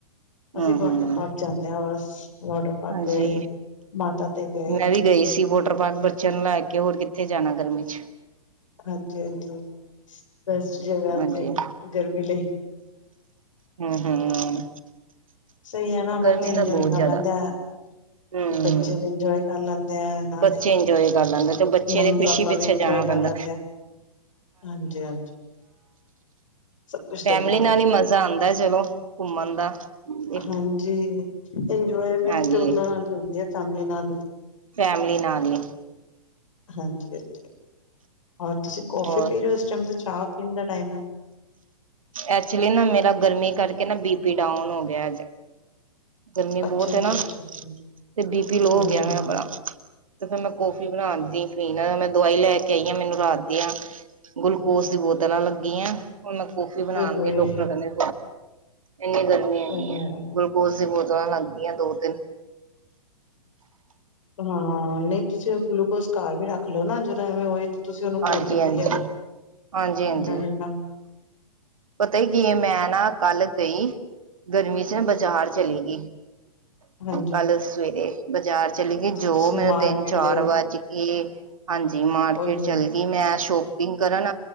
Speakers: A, on the left; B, on the right.
A: ਅਸੀਂ
B: ਹੂੰ
A: ਵਾਟਰ
B: ਹੂੰ ਹੂੰ
A: ਪਾਰਕ ਜਾਂਦੇ ਆਂ ਬਸ। ਵਾਟਰ ਪਾਰਕ
B: ਹਾਂਜੀ
A: ਗਏ, ਮਾਤਾ ਤੇ ਗਏ,
B: ਮੈਂ ਵੀ ਗਈ ਸੀ ਵੋਟਰ ਪਾਰਕ ਬੱਚਿਆਂ ਨੂੰ ਲੈ ਕੇ ਹੋਰ ਕਿੱਥੇ ਜਾਣਾ ਗਰਮੀ ਚ।
A: ਹਾਂਜੀ! ਹਾਂਜੀ। ਬੈਸਟ ਜਗ੍ਹਾ
B: ਹਾਂਜੀ
A: ਉਥੇ ਗਰਮੀ ਲਈ।
B: ਹੂੰ-ਹੂੰ
A: ਸਹੀ ਆ ਨਾ,
B: ਗਰਮੀ
A: ਬੱਚੇ ਇੰਜੋਏ
B: ਤਾਂ ਬਹੁਤ
A: ਕਰ
B: ਜ਼ਿਆਦਾ
A: ਲੈਂਦੇ
B: ਹੂੰ
A: ਬੱਚੇ ਵੀ ਇੰਜੋਏ ਕਰ ਲੈਂਦੇ ਆ, ਨਾਲੇ
B: ਬੱਚੇ ਇੰਜੋਏ ਕਰ ਲੈਂਦੇ ਤੇ ਬੱਚੇ
A: ਮੰਮੀ
B: ਦੀ ਖੁਸ਼ੀ
A: ਪਾਪਾ
B: ਪਿੱਛੇ
A: ਵੀ ਇੰਜੋਏ
B: ਜਾਣਾ
A: ਕਰ
B: ਪੈਂਦਾ
A: ਕਰ ਲੈਂਦੇ ਆ। ਹਾਂਜੀ! ਹਾਂਜੀ। ਸਭ ਕੁਛ
B: ਫੈਮਲੀ
A: ਦੇਖਣਾ
B: ਨਾਲ
A: ਪੈਂਦਾ
B: ਹੀ ਮਜ਼ਾ ਆਉਂਦਾ ਚਲੋ, ਘੁੰਮਣ ਦਾ ਇੱਕ
A: ਹਾਂਜੀ ਇੰਜੋਏਮੈਂਟ
B: ਹਾਂਜੀ।
A: ਤੇ ਉਹਨਾਂ ਨਾਲ ਹੀ ਹੁੰਦੀ ਹੈ ਫੈਮਿਲੀ ਨਾਲ
B: ਫੈਮਲੀ ਨਾਲ ਹੀ।
A: ਹਾਂਜੀ ਹਾਂਜੀ ਹੁਣ ਤੁਸੀਂ ਕੋਫੀ
B: ਹੋਰ
A: ਪੀ ਰਹੇ ਹੋ, ਇਸ ਟਾਈਮ ਦਾ ਚਾਹ ਪੀਣ ਦਾ ਟਾਈਮ ਹੈ।
B: ਐਕਚੁਲੀ ਨਾ ਮੇਰਾ ਗਰਮੀ ਕਰਕੇ ਨਾ, ਬੀ ਪੀ ਡਾਊਨ ਹੋ ਗਿਆ ਅੱਜ। ਗਰਮੀ ਬਹੁਤ
A: ਅੱਛਾ ਅੱਛਾ
B: ਹੈ ਨਾ,
A: ਅੱਛਾ ਅੱਛਾ
B: ਤੇ ਬੀਪੀ ਲੋ ਹੋ
A: ਹਾਂਜੀ
B: ਗਿਆ
A: ਹਾਂਜੀ
B: ਮੇਰਾ ਬੜਾ। ਤੇ ਫਿਰ ਮੈਂ ਕੌਫੀ ਬਣਾਉਣ ਦੀ ਪੀਣਾ, ਮੈਂ ਦਵਾਈ ਲੈ ਕੇ ਆਈ ਹਾਂ ਮੈਨੂੰ ਰਾਤ ਦੀਆਂ ਗੁਲੂਕੋਸ ਦੀ ਬੋਤਲਾਂ ਲੱਗੀਆਂ ਐ, ਹੁਣ ਮੈਂ ਕੋਫੀ ਬਣਾਉਣ
A: ਓਏ ਹੋਏ
B: ਦੀ ਡਾਕਟਰ ਕਹਿੰਦੇ ਇੰਨੀਆਂ ਗਰਮੀਆਂ ਹੈਗੀਆਂ
A: ਓਏ ਹੋਏ
B: ਬੋਤਲਾਂ ਲੱਗਦੀਆਂ ਦੋ ਤਿੰਨ
A: ਹਾਂ ਨਹੀਂ ਤੁਸੀਂ ਗੁਲੂਕੋਸ ਘਰ ਵੀ ਰੱਖ ਲਓ, ਨਾ ਜਦੋਂ ਐਵੇਂ ਤੁਸੀਂ ਉਹਨੂੰ ਕੋਲ
B: ਹਾਂਜੀ
A: ਕੇ
B: ਹਾਂਜੀ
A: ਪੀ ਲਿਆ ਕਰੋ,
B: ਹਾਂਜੀ ਹਾਂਜੀ
A: ਠੰਡਾ-ਠੰਡਾ।
B: ਪਤਾ ਹੀ ਕੀ ਮੈਂ ਨਾ ਕੱਲ ਗਈ, ਗਰਮੀ ਸੀ ਨਾ ਬਜ਼ਾਰ ਚਲੇ ਗਈ
A: ਹਾਂਜੀ
B: ਕੱਲ ਸਵੇਰੇ ਬਾਜ਼ਾਰ ਚਲੀ ਗਈ, ਜੋ
A: ਤੁਸੀਂ
B: ਮੈਨੂੰ
A: ਮਾਰਕੀਟ
B: ਤਿੰਨ ਚਾਰ
A: ਗਏ
B: ਵੱਜ ਗਏ ਹਾਂਜੀ ਮਾਰਕੀਟ
A: ਓਏ ਹੋਏ
B: ਚੱਲ ਗਈ ਮੈਂ ਸ਼ੋਪਿੰਗ ਕਰਨ,